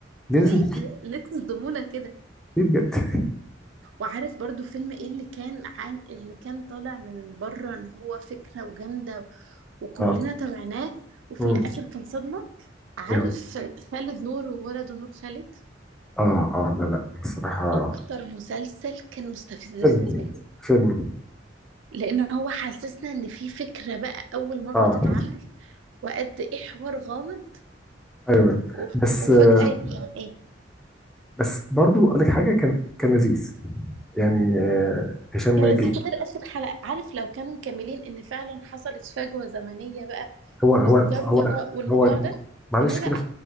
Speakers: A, on the right (about 80°); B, in the centre.
A: ليه
B: لازم
A: ت... ليه تصدمونا كده
B: ليه بجد؟
A: وعارف برضو فيلم ايه اللي كان عام اللي كان طالع من بره ان هو فكرة وجامدة وكلنا
B: اه
A: تابعناه وفي
B: امم
A: الاخر كان صدمة عارف
B: ايه هو
A: خالد نور وولده نور خالد
B: اه اه لا لا بصراحة
A: اكتر مسلسل كان مستفز
B: فيلم
A: بالنسبة لي
B: فيلم
A: لان هو حسسنا ان في فكرة بقى اول مرة
B: اه
A: تتعمل وقد ايه حوار غامض
B: ايوه
A: و...
B: بس
A: وفجأة
B: آه
A: يعني ايه
B: بس برضو اقول لك حاجة كان كان لذيذ يعني آه هشام
A: كان
B: ماجد
A: لذيذ غير اخر حلقة عارف لو كانوا مكملين ان فعلا حصلت فجوة زمنية بقى
B: هو
A: والذرة
B: هو هو
A: والموضوع
B: هو
A: ده
B: معلش
A: كان هيبقى
B: كده